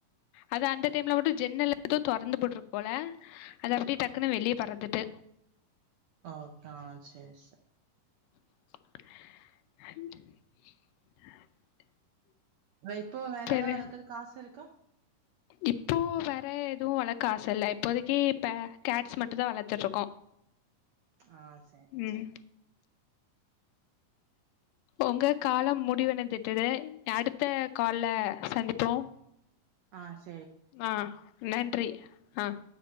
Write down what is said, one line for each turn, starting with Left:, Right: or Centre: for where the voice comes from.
Left: அத அந்த டைம்மில் மட்டும் ஜென்ன எதோ திறந்து போட்டுருக்கு போல அது அப்படியே டக்குன்னு வெளியே பறந்துட்டு
Right: ஓ கா சேரி சேரி
Left: <inaudible>
Right: இப்போ வேற
Left: சரி
Right: ஏதாவது வளர்க்கறதுக்கு காசு இருக்கா
Left: இப்போ வேற எதுவும் வளர்க்க ஆசை இல்ல இப்போதைக்கு இப்ப கேட்ஸ் மட்டும் தான் வளர்த்துருக்கோம்
Right: ஆ சரி
Left: உம்
Right: சரி
Left: உங்க காலம் மு முடிவன தட்டுது அடுத்த கால சந்திப்போம்
Right: ஆஹ்
Left: ஆஹ் நன்றி ஆஹ்